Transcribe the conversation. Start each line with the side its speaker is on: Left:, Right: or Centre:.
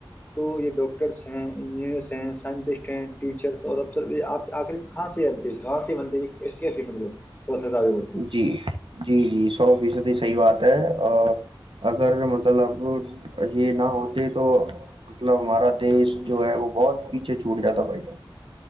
Left: تو یہ ڈاکٹرس ہیں انجینئرس ہیں سائنٹسٹ ہیں ٹیچرس اور افسر آپ آخری کاں سے آتے گاں سے بندے کی س مطلب پروسیس آگے بڑھتی
Right: جی جی جی سو فیصد ہی صحیح بات ہے اور اگر مطلب یہ نہ ہوتے تو مطلب ہمارا دیش جو ہے وہ بہت پیچھے چھوٹ جاتا بھائی جان